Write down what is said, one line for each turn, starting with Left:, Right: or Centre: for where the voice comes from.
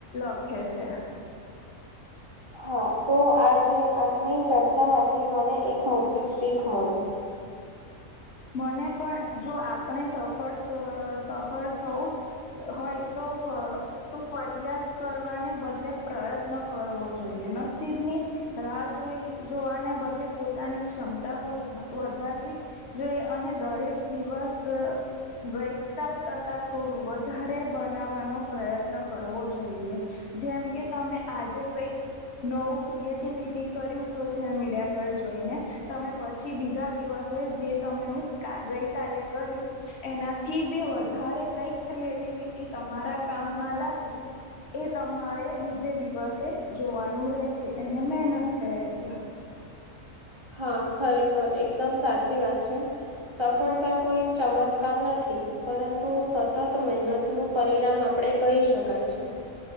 Left: લખે છે.
Right: હા, તો આજે આજની ચર્ચામાંથી મને એક મોટી શીખ મળી.
Left: મને પણ જો આપણે સફળ સફળ થવું. હોય તો તો ફરિયાદ કરવાને બદલે પ્રયત્ન કરવો જોઈએ નસીબની. રાહ જોઈ જોવાને બદલે પોતાની ક્ષમતા વધારવી. જે અને દરેક દિવસ. ગઈ કાલે કરતા થોડું વધારે બનાવવાનો પ્રયત્ન કરવો જોઈએ. જેમ કે તમે આજે કંઈક નવું ક્રિએટિવિટી કર્યું સોશિયલ મીડિયા પર જોઈને. તમે પછી બીજા દિવસે જે તમે ગઈ કાલે કર્યું. એનાથી બી વધારે કંઈક ક્રિએટિવિટી તમારા કામમાં લાવી. એ તમારે બીજે દિવસે જોવાનું રહે છે, એને મહેનત કરી રહે છે. <unintelligible>
Right: હા, ખરેખર એકદમ સાચી વાત છે. સફળતા કોઈ ચમત્કાર નથી, પરંતુ સતત મહેનત નું પરિણામ આપણે કહી શકાય છે.